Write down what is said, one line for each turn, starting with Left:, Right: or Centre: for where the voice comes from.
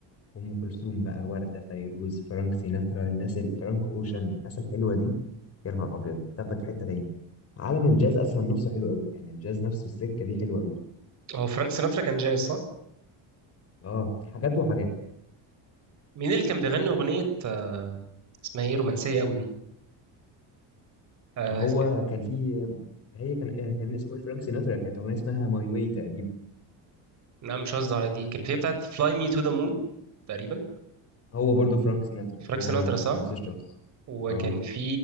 Left: ام كلثوم بقى وردة فيروز فرانك سيناترا الناس ال- فرانك اوشن الناس الحلوة دي يا نهار ابيض تاخدك في حتة تاني عالم الجاز اصلا نفسه حلو قوي يعني الجاز نفسه السكة دي حلوة قوي
Right: هو فرانك سيناترا كان جاي صح؟
Left: اه حاجات وحاجات
Right: مين اللي كان بيغني أغنية آه اسمها إيه رومانسية أوي دي؟ آه
Left: ما هو كان في هي كان آه، كان اسمه ايه فرانك سيناترا كانت اغنيه اسمها ماي واي تقريبا
Right: نعم مش قصدي على دي كان في بتاعة Fly Me to the Moon تقريبا
Left: هو برضو فرانك سيناترا
Right: فرانك
Left: هو
Right: سيناترا
Left: هو
Right: صح؟
Left: نفس الشخص
Right: وكان
Left: اه
Right: في